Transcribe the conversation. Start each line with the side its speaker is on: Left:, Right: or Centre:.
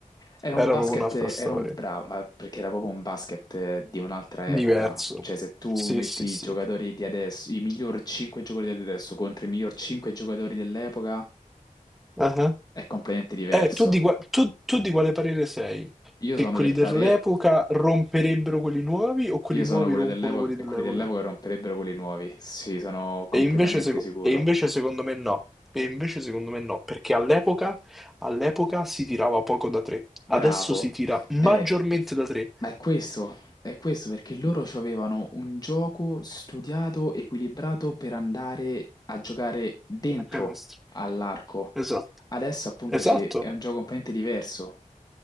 Left: era
Centre: Era
Left: un basket,
Centre: proprio un'altra storia.
Left: era un, bravo, ma perché era proprio un basket eh, di un'altra
Centre: Diverso.
Left: epoca. Cioè, se tu
Centre: Sì,
Left: metti
Centre: sì,
Left: i
Centre: sì.
Left: giocatori di adesso, i miglior 5 giocatori di adesso contro i miglior 5 giocatori dell'epoca,
Centre: Ah, ah.
Left: è completamente diverso.
Centre: Eh, tu di, qua- tu- tu di quale parere sei?
Left: Io
Centre: Che
Left: sono
Centre: quelli
Left: del
Centre: dell'epoca
Left: parere,
Centre: romperebbero quelli nuovi o quelli
Left: Io
Centre: nuovi
Left: sono quelli
Centre: rompono
Left: dell'epoca
Centre: quelli
Left: e
Centre: dell'epoca?
Left: quelli dell'epoca romperebbero quelli nuovi. Sì, sono completamente
Centre: E invece, seco-
Left: sicuro.
Centre: e invece secondo me no, e invece secondo me no, perché all'epoca all'epoca si tirava poco da tre,
Left: Bravo.
Centre: adesso si tira maggiormente
Left: Eh,
Centre: da tre
Left: ma è questo, è questo perché loro avevano un gioco studiato, equilibrato per andare a giocare dentro
Centre: a canestro.
Left: all'arco.
Centre: Esatto,
Left: Adesso appunto
Centre: esatto.
Left: sì, è un gioco completamente diverso.